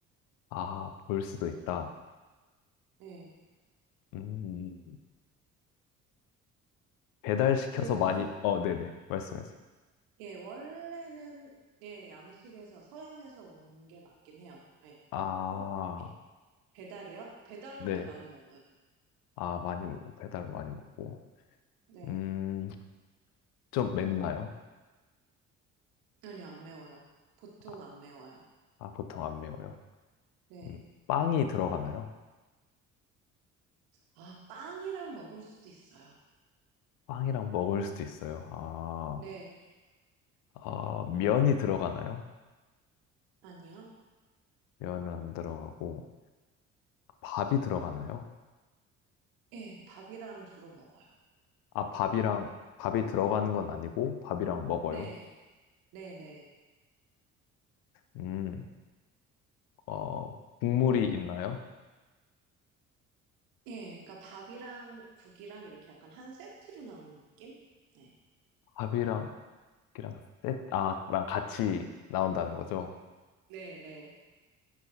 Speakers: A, on the left; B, on the right.
A: 아, 볼 수도 있다.
B: 예.
A: 음, 배달시켜서
B: 그 원,
A: 많이, 어, 네네. 말씀하세요.
B: 예, 원래는 예, 양식에서 서양에서 온 게 맞긴 해요. 예.
A: 아,
B: 그렇고 배달이요? 배달로도
A: 네.
B: 많이 먹어요.
A: 아, 많이, 먹- 배달 많이 먹고.
B: 네.
A: 음, 좀 맵나요?
B: 아니요, 안 매워요. 보통
A: 아,
B: 안 매워요.
A: 아, 보통 안 매워요.
B: 네.
A: 음, 빵이 들어가나요?
B: 아, 빵이랑 먹을 수도 있어요.
A: 빵이랑 먹을 수도 있어요. 아,
B: 네.
A: 아, 면이 들어가나요?
B: 아니요.
A: 면은 안 들어가고, 밥이 들어가나요?
B: 예, 밥이랑 주로 먹어요.
A: 아, 밥이랑, 밥이 들어가는 건 아니고, 밥이랑 먹어요.
B: 네. 네, 네.
A: 음, 어, 국물이 있나요?
B: 예, 그러니까 밥이랑 국이랑 이렇게 약간 한 세트로 나오는 느낌? 네.
A: 밥이랑, 이랑 셋, 아, 랑 같이 나온다는 거죠.
B: 네, 네.